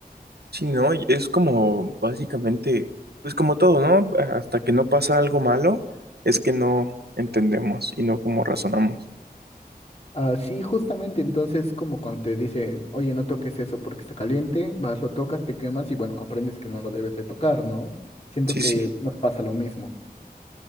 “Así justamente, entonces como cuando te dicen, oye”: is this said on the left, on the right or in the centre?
Left